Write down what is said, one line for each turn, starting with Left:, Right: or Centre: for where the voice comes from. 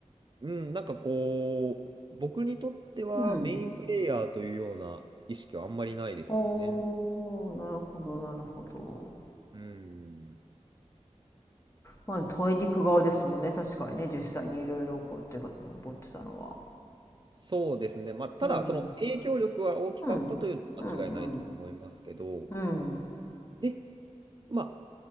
Right: うん、なんかこう、僕にとってはメインプレイヤーというような意識はあんまりないですかね。
Left: うんおーなるほどなるほど。
Right: うん。
Left: まあ大陸側ですもんね確かにね実際にいろいろ起こってが起ってたのは。
Right: そうですね。まあ、ただ、
Left: うん。
Right: その影響力は大きかったというのは間違いないと思いますけど、
Left: うん、うんうんうん
Right: で、まあ、